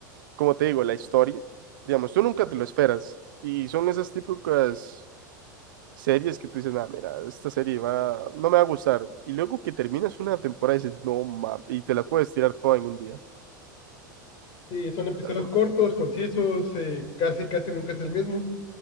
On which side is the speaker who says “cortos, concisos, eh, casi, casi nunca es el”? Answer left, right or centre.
Left